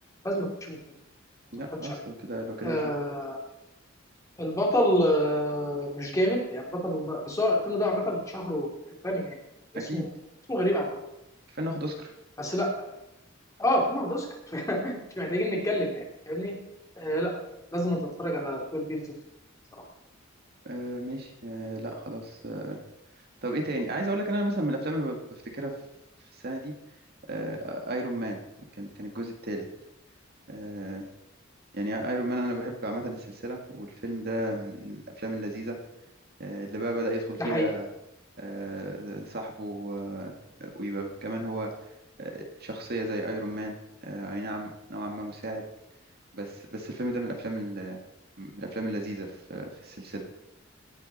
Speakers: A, on the left (about 15°); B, on the right (about 50°).
A: لازم تشوف الفيلم ما تتفرجش
B: لا خلاص
A: عليه
B: لو كده لو كده
A: آه
B: هشوف
A: البطل آه مش جامد يعني بطل بس هو الفيلم ده عامة من شهره ثاني يعني اسمه
B: اكيد
A: اسمه غريب عامة
B: كفايه ناخد اوسكار
A: بس لا اه فيلم واخد اوسكار <laughs> مش محتاجين نتكلم يعني فاهمني آه لا لازم تتفرج على 12 بيرز صراحة
B: آه ماشي آه لا خلاص آه طب ايه تاني عايز اقول لك انا مثلا من الافلام اللي ب- بفتكرها في في السنه دي آه ايرون مان كان كان الجزء الثالث آه يعني ايرون مان انا بحب عامه السلسله والفيلم ده من الافلام اللذيذه آه اللي بقى بدأ يدخل
A: ده
B: فيها
A: حقيقي
B: آه صاحبه آه ويبقى كمان هو آه شخصيه زي ايرون مان آه اي نعم نوعا ما مساعد بس بس الفيلم ده من الافلام ال- من الافلام اللذيذه في في السلسله